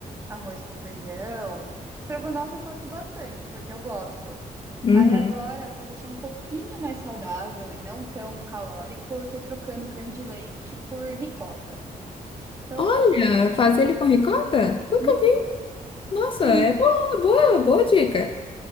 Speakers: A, on the right; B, on the left.
A: Arroz com feijão. Estrogonofe eu faço bastante, porque eu gosto.
B: Uhum.
A: Aí agora, para deixar um pouquinho mais saudável e não tão calórico, eu tô trocando creme de leite por ricota. Então,
B: Olha, fazer ele com ricota? Nunca
A: uhum,
B: Nossa,
A: sim.
B: é boa, boa, boa dica.